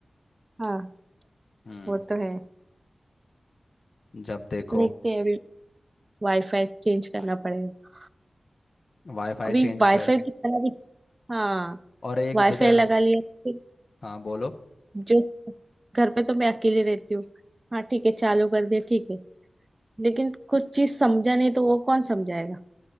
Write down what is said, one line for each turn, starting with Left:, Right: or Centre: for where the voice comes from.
Right: हाँ
Left: हम्म
Right: वो तो है
Left: जब देखो
Right: देखते हैं अभी वाईफाई चेंज करना पड़ेगा
Left: वाईफाई
Right: अभी
Left: चेंज
Right: वाईफाई
Left: कर
Right: की तरह भी हाँ
Left: और एक
Right: वाईफाई
Left: जो तेरा
Right: लगा लिया फिर
Left: हाँ बोलो
Right: जो घर पे तो मैं अकेले रहती हूँ हाँ ठीक है चालू कर दिया ठीक है लेकिन कुछ चीज समझा नहीं तो वो कौन समझाएगा